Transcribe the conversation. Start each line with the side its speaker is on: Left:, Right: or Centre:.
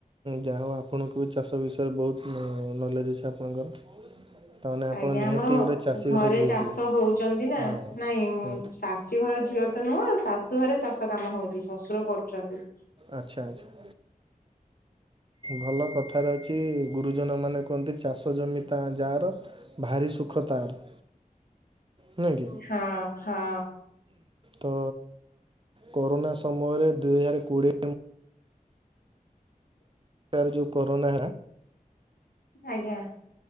Right: ଯାହା ହଉ ଆପଣଙ୍କୁ ବି ଚାଷ ବିଷୟରେ ବହୁତ ନଲେଜ୍ ଅଛି ଆପଣଙ୍କର। ତାମାନେ ଆପଣ
Left: ଆଜ୍ଞା
Right: ନିହାତି
Left: ଆମର
Right: ଗୋଟେ ଚାଷୀ
Left: ଘରେ
Right: ଘର ଝିଅ ହେଇଥିବେ
Left: ଚାଷ ହଉଛନ୍ତି ନା
Right: ହଁ
Left: ନାଇଁ
Right: ହଁ
Left: ଶା ଚାଷୀ ଘର ଝିଅ ତ ନୁହଁ ଶାଶୁ ଘରେ ଚାଷ କାମ ହଉଛି ଶ୍ୱଶୁର କରୁଛନ୍ତି।
Right: ଆଚ୍ଛା ଆଚ୍ଛା ଭଲ କଥାରେ ଅଛି ଗୁରୁଜନ ମାନେ କୁହନ୍ତି ଚାଷ ଜମି ତା ଯାହାର। ଭାରି ସୁଖ ତାର ନୁହେଁ କି
Left: ହଁ ହଁ
Right: ତ କରୋନା ସମୟରେ ଦୁଇ ହଜାର କୋଡ଼ିଏ ହଜାର ଯୋଉ କରୋନା
Left: ଆଜ୍ଞା